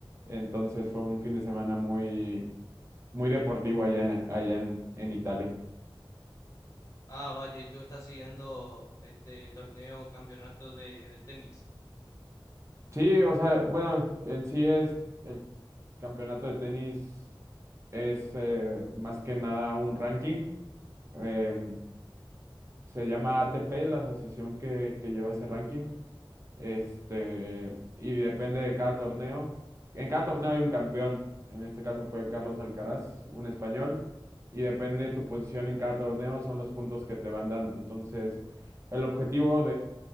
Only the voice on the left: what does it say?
Ah, vaya, y tú estás siguiendo este torneo, campeonato de, de tenis.